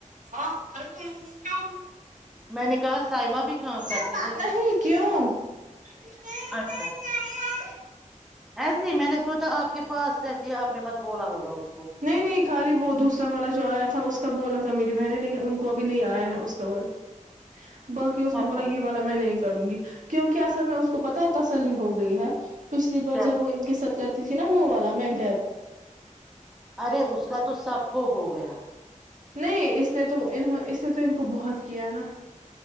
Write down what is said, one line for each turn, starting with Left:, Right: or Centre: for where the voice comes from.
Right: ہ ارے تو کیاا
Centre: میں نے کہا سائمہ بھی کام
Right: <unintelligible>
Centre: کرتی ہے
Right: نہیں کیوں <unintelligible>
Centre: اچھا ایسے ہی میں نے سوچا آپ کے پاس رہتی ہے آپ نے مت بولا ہوگا اس کو
Right: نہیں نہیں خالی وہ دوسرا والا جو <unintelligible> جو آیا تھا اس کا بولا تھا میری بہن لیکن ان کو ابھی نہیں آیا ہے اس کا ورت <unintelligible> باقی اس نے
Centre: اچھا
Right: بولا یہ والا میں نے <unintelligible> کروں گی کیونکہ اصل میں اس کو پتا ہے تسلی ہو گئی ہے <unintelligible> پچھلی بار
Centre: کیا
Right: جب وہ ان کی سرکت <unintelligible> نا موہ والا میکڈیپ <unintelligible>
Centre: ارے اس کا تو سب کو ہو گیا
Right: نہیں اس نے تو انوں اس نے تو ان کو بہت کیا نا <unintelligible>